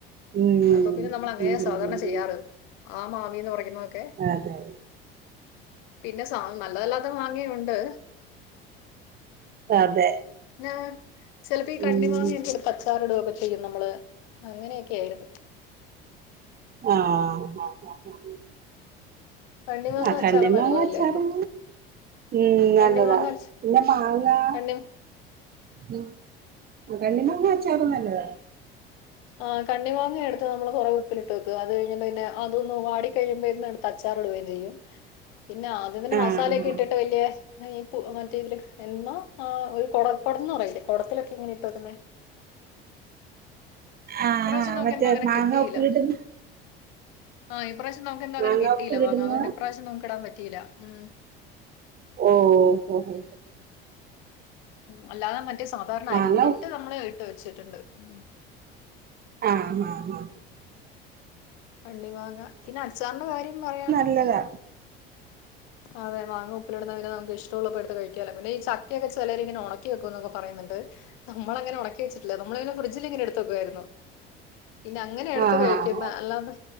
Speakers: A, on the right (about 30°); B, on the left (about 65°).
A: ഉം
B: അപ്പൊ പിന്നെ നമ്മൾ അങ്ങനെയാ
A: ഉം
B: സാധാരണ
A: ഉം ഉം
B: ചെയ്യാറ് ആ മാവിന്ന് പറിക്കുന്നതോകെ
A: അതെ
B: പിന്നെ സ നല്ലതല്ലാത്ത മാങ്ങയുണ്ട്
A: അതെ
B: ആ ചെലപ്പോ ഈ കണ്ണിമാങ്ങിയൊക്കെടുത്ത്
A: ഉം
B: അച്ചാറിട്കയും ചെയ്യും നമ്മള് അങ്ങനെയൊക്കെ ആയിരുന്നു
A: ആഹ് അഹ് അ ആ
B: കണ്ണിമാങ്ങ
A: ആ കണ്ണിമാങ്ങാ
B: അച്ചാറ് നല്ലതല്ലേ
A: അച്ചാറ്
B: അപ്പൊ
A: ഇമ് നല്ലതാ
B: കണ്ണിമാങ്ങ അച്
A: പിന്നെ മാങ്ങാ
B: കണ്ണി
A: ഉ അ കണ്ണിമാങ്ങാച്ചാറും നല്ലതാ
B: ആ കണ്ണിമാങ്ങ എടുത്ത് നമ്മള് കുറെ ഉപ്പിലിട്ട് വെക്കും. അത് കഴിഞ്ഞിട്ട് പിന്നെ അതൊന്ന് വാടി കഴിയുമ്പോന്ന് എടു ത്തച്ചാർ ഇടുകയും ചെയ്യും പിന്നെ ആദ്യം തന്നെ
A: ആഹ്
B: മസാലയൊക്കെ ഇട്ടിട്ട് വല്യ ഈ പു മറ്റേതിൽ എന്നാ ആ ഒരു കുടന്ന് പറയല്ലേ കുടത്തിലൊക്കെ ഇങ്ങനിട്ട് വക്കുന്നെ
A: ആഹ്
B: ഇപ്രാവശ്യം
A: ആഹ്
B: നമുക്ക്
A: മറ്റേ
B: എന്തോ അങ്ങനെ
A: മാങ്ങ
B: കിട്ടിയില്ല
A: ഉപ്പിലിടുന്ന
B: ആഹ് ഈ പ്രാവശം നമുക്കെന്ത അങ്ങനെ
A: മാങ്ങ
B: കിട്ടല്ല
A: ഉപ്പിലിടുന്ന
B: മാങ്ങ അതുകൊണ്ട് ഇപ്രാവശ്യം നമുക്ക് ഇടാൻ പറ്റിയില്ല ഉം
A: ഓ ഓഹൊ ഹൊ
B: മ്ഹ് അല്ലാതെ മറ്റേ സാധാരണ
A: മാങ്ങ
B: അരിഞ്ഞിട്ട്
A: ഉ
B: നമ്മള് ഇട്ട് വെച്ചിട്ടുണ്ട് മ്ഹ്
A: ആഹ് ഹാ ഹാ
B: കണ്ണിമാങ്ങ പിന്നെ അച്ചാറിന്റെ കാര്യം പറയാം
A: ഇല്ലതാ
B: അതെ മാങ്ങ ഉപ്പിലിടുന്നെതിന് നമുക്ക് ഇഷ്ടുള്ളപ്പോഴെടുത്ത് കഴിക്കാല്ലോ പിന്നെ ഈ ച കക്കെ ചിലരിങ്ങനെ ഉണക്കി വെക്കും എന്നൊക്കെ പറയുന്നുണ്ട് നമ്മളങ്ങനെ ഉണക്കി വെച്ചട്ടില്ല നമ്മളിങ്ങന ഫ്രഡ്ജിൽ ഇങ്ങന എടുത്ത് വെക്കുവായിരുന്നു. പിന്നെ അങ്ങനെ എടുത്ത്
A: ആഹ്
B: കഴിക്കണ്ട
A: ആഹ് ആഹ്
B: അല്ലാതെ